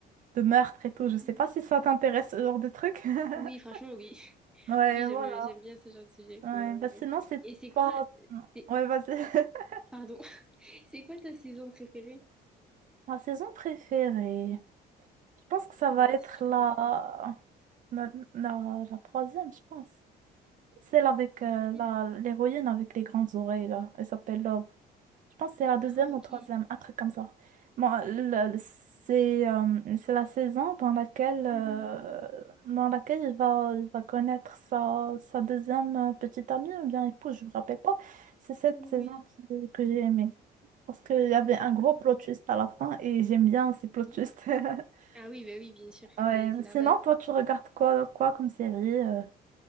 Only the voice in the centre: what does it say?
Mhm.
Oui, franchement, oui. <laughs>
Oui, j'aime,
j'aime bien ce genre de sujet.
Ouais, ouais,
ouais.
Et c'est quoi,
c'est-
pardon, <laughs> c'est quoi ta saison préférée?
Oui,
si tu
te rappelles.
La
troisième.
Ah, ok.
Mhm.
Oui,
d'accord.
Mhm.
Ah oui, bah oui, bien sûr,
c'est c'est la
base.